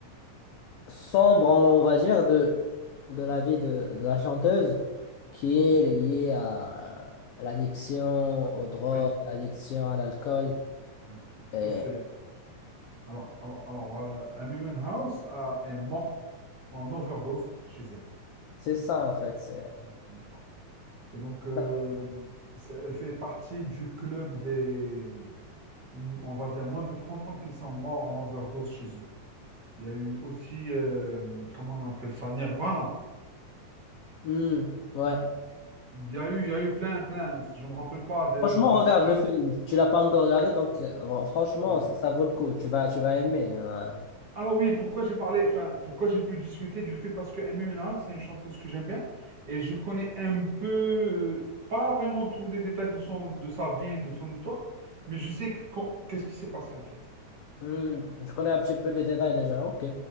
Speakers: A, on the left; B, on the right.
A: sombre, on on va dire, de, de la vie de, de la chanteuse qui est
B: oui,
A: liée à, à l'addiction aux drogues,
B: oui.
A: à l'addiction à l'alcool,
B: oui.
A: et
B: Ça, c'est... Alors, alors, alors euh, Amy Winehouse a- est morte en overdose chez elle.
A: c'est ça en fait. c'est
B: Je ne me trompe pas. Et donc, euh,
A: ça.
B: c'est- elle fait partie du club des, on va dire, moins de 30 ans qui sont morts en overdose chez eux. Il y a eu aussi, euh, comment on appelle ça, Nirvana.
A: Hmm, ouais.
B: Il y a eu, il y a eu plein, plein. Je me rappelle pas de,
A: Franchement,
B: de
A: regarde
B: toute la
A: le
B: liste.
A: film. Tu l'as pas encore regardé, donc euh, fr- franchement,
B: Hum.
A: ça vaut le coup. Tu vas, tu vas aimer. euh, ouais.
B: Alors oui, pourquoi j'ai parlé, enfin, pourquoi j'ai pu discuter du fait parce que Amy Winehouse, c'est une chanteuse que j'aime bien et je connais un peu, euh, pas vraiment tous les détails de son, de sa vie, de son histoire, mais je sais que quand- qu'est-ce qui s'est passé en fait.
A: Hmm, je connais un petit peu les détails déjà. Ok.